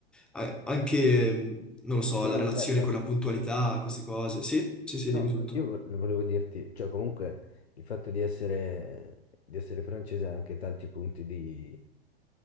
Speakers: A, in the centre; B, on the left.
A: a- anche, non lo so,
B: Però
A: la relazione
B: aspetta,
A: con la puntualità, queste cose. Sì, sì, sì,
B: No,
A: dimmi tutto.
B: io vo- volevo dirti, cioè comunque il fatto di essere, di essere francese ha anche tanti punti di...